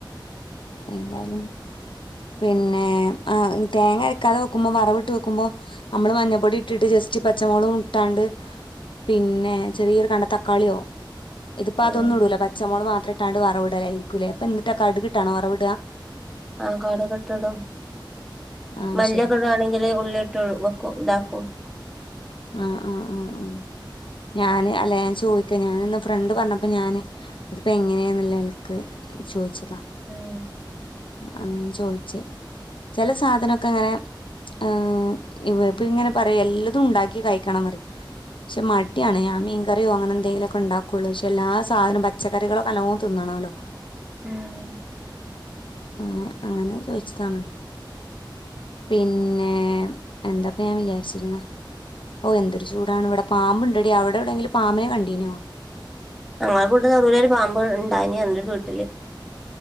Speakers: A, on the left (about 80°); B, in the centre.
A: എന്തായാലും പിന്നെ ആഹ് തേങ്ങ അരക്കാതെ വെക്കുമ്പോ വറവ് ഇട്ട് വെക്കുമ്പോ ഞമ്മള് മഞ്ഞപ്പൊടി ഇട്ടിട്ട് ജസ്റ്റ് പച്ചമുളകും ഇട്ടാണ്ട് പിന്നെ ചെറിയൊരു കണ്ടം തക്കാളിയോ ഇതിപ്പോ അതൊന്നും
B: ആഹ്
A: ഇടൂല. പച്ചമുളക് മാത്ര ഇട്ടാണ്ട് വറവിടലായിരിക്കൂലേ. അപ്പ എന്തിട്ടാ കടുകിട്ടാണോ വറവ്
B: ആഹ് കടുകിട്ടിടും.
A: ആ
B: മല്ലിയൊക്കെ
A: ശരി
B: ഇടാണെങ്കില് ഉള്ളി യിട്ട് വെക്കും ഇതാക്കും.
A: ആഹ് ആഹ് ആഹ് ഞാന് അല്ല ഞാൻ ചോദിക്ക ഞാന് ഇന്ന് ഫ്രണ്ട് പറഞ്ഞപ്പോ ഞാന് അതിപ്പോ എങ്ങനെയാന്നുള്ള നെലക്ക് ചോദിച്ചതാ.
B: ആഹ്
A: അങ്ങനെ ചോയ്ച്ചേ. ചില സാധനൊക്കെ അങ്ങനെ ആഹ് ഇപ്പ ഇങ്ങനെ പറയും എല്ലതും ഉണ്ടാ ക്കികഴിക്കണന്ന് പറയും. പക്ഷെ മടിയാണ്. ഞാൻ മീൻ കറിയോ അങ്ങനെ എന്തെങ്കിലൊക്കെ ഉണ്ടാക്കുള്ളൂ. പക്ഷെ എല്ലാ സാധനം പ ച്ചക്കറികള് നല്ലോം തിന്നണോലോ.
B: ഉം
A: അങ്ങ് അങ്ങനെ ചോയിച്ചതാണ്. പിന്നെ എന്താ ഇപ്പ ഞാൻ വിചാരിച്ചിരുന്നെ. ഓഹ് എന്തൊരു ചൂടാണ് ഇവിടെ. പാമ്പ് ഉണ്ടടി അവിടെ എവിടെയെങ്കിലും പാമ്പിനെ കണ്ടീനോ
B: ഞങ്ങളുടെ വീട്ട് നെറുവിലൊരു പാമ്പ് ഉണ്ടായിനി. ഒരു വീട്ടില്